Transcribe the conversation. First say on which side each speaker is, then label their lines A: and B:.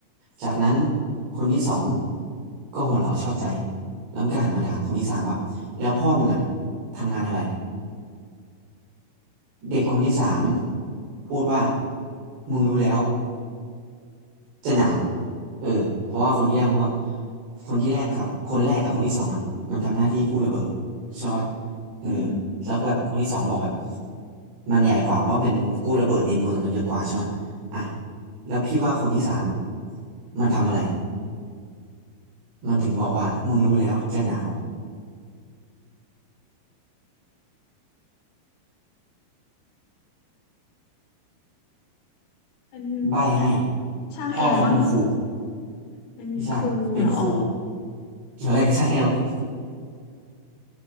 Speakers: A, on the right; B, on the left.
A: จากนั้นคนที่สองก็หัวเราะชอบใจแล้วมันก็หันมาถามคนที่สามว่าแล้วพ่อมึงอะทำงานอะไร เด็กคนที่สามพูดว่ามึงรู้แล้วจะหนาวเออเพราะว่าคนที่แรกพูดว่าคนที่แรกกับคนแรกกับคนที่สองอ่ะมันทำหน้าที่กู้ระเบิดใช่ปะเออ
B: อืม
A: แล้วก็แบบคนที่สองบอกแบบมันใหญ่กว่าเพราะเป็นกู้ระเบิดในเมืองมันเยอะกว่าใช่ไหมอ่ะแล้วพี่ว่าคนที่สามอ่ะมันทำอะไรมันถึงบอกว่ามึงรู้แล้วจะหนาว
B: เป็น
A: ใบ้ให้
B: ช่างแอร์มั้ง
A: พ่อเขาเป็นครู
B: เป็นครูเหรอ
A: ไม่ใช่เป็นครูเกี่ยวอะไรกับช่างแอลพี่